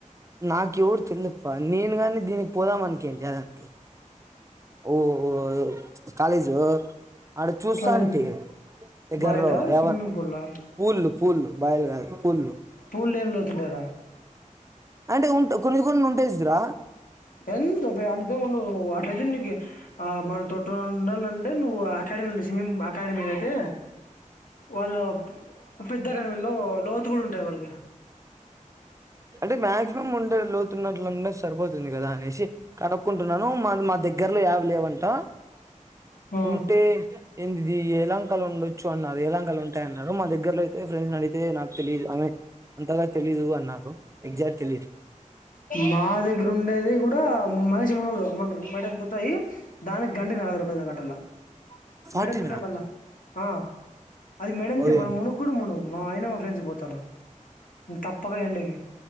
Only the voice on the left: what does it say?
కాలేజ్
బావిలా
స్విమ్మింగ్
పూల్ లా
పూలేం లోతు ఉంటాయ్ రా
ఎంత పె అంతే ఏమ్ ఉండవు నువ్ అట్లే నీకి ఆ మనం తొట్టు ఉండాలంటే నువ్వు అకాడమీ ఉండే స్విమ్మింగ్ అకాడమీల అయితే వల పెద్దగాని వీళ్ళ లోతు కూడా ఉంటాయి వాళ్ళకి
ఆ
మా దగ్గర ఉండేది కూడాడా మనిషి మనరు మన మేడన్ తతాయ దానిక్ గంటె నలవదు రూపాయి గట్టల్
మేడంగ్ దుటా పల్ల ఆ అది మెడంతే
మనం మునుగ కూడా మును మా అయినా మా ఫ్రెండ్స్ పోతారు తప్పగా ఎండకి